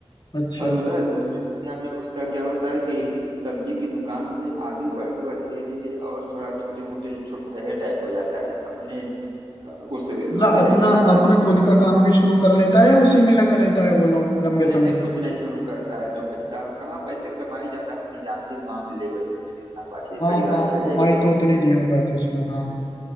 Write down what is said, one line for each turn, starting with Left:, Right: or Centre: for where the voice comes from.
Left: अच्छा
Right: और उधर दूसरी दुनिया में उसका क्या होता है कि सब्जी की दुकान से आगे बढ़ के वह धीरे धीरे और थोड़ा छोटे मोटे भये टाइप हो जाता है अपने अ, उस लोकल
Left: मतलब अपना
Right: एरिया का डॉन
Left: अपना
Right: जैसा
Left: खुद
Right: हो
Left: का
Right: जाता
Left: काम
Right: है
Left: भी शुरू कर लेता है या उसी में लगा रहता है वो लम- लंबे
Right: नहीं
Left: समय
Right: नहीं
Left: तक?
Right: कुछ नहीं शुरू करता है जो पैसा कहाँ पैसे कमाई ज्यादा होती जानते ही गाँव में लेबर वगैरह कितना पाते हैं
Left: हाँ
Right: परिवार
Left: काम
Right: चल जाए
Left: कमाई
Right: वही मुश्किल
Left: तो उतनी नहीं हो पाती उसमें हाँ